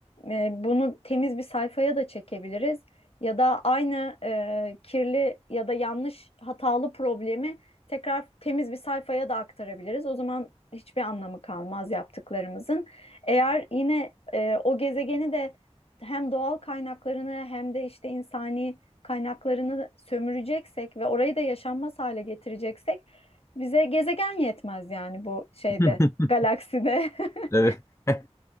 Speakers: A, on the left; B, on the left.
A: e, bunu temiz bir sayfaya da çekebiliriz ya da aynı e, kirli ya da yanlış hatalı problemi tekrar temiz bir sayfaya da aktarabiliriz. O zaman hiçbir anlamı kalmaz yaptıklarımızın. Eğer yine e, o gezegeni de hem doğal kaynaklarını hem de işte insani kaynaklarını sömüreceksek ve orayı da yaşanmaz hale getireceksek bize gezegen yetmez yani bu şeyde,
B: <laughs>
A: galakside. <laughs>
B: Evet. <laughs>